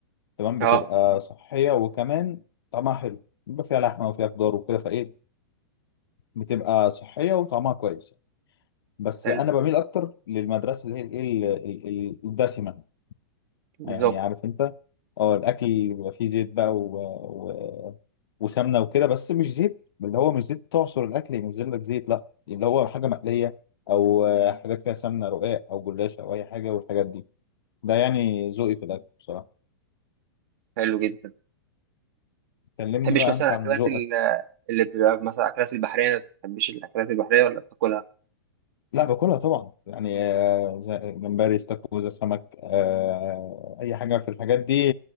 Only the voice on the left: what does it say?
تمام
بتبقى صحيه وكمان طعمها حلو بيبقى فيها لحمه وفيها خضار وكده فايه بتبقى صحية وطعمها كويس بس
أنا بميل أكتر للمدرسة اللي هي الإيه ال- ال- ال- الدسمة
يعني عارف أنت أه الأكل بيبقى فيه زيت بقى و... و... وسمنة وكده بس مش زيت اللي هو مش زيت تعصر الأكل ينزل لك زيت لا اللي هو حاجة مقلية أو حاجة فيها سمنة رقاق أو جلاش أو أي حاجة والحاجات دي ده يعني ذوقي في الأكل بصراحة
كلمني
بقى
أنت عن
ذوقك
لا باكلها طبعا يعني آه، زي- جمبري استاكوزا سمك آه، اي حاجه في الحاجات دي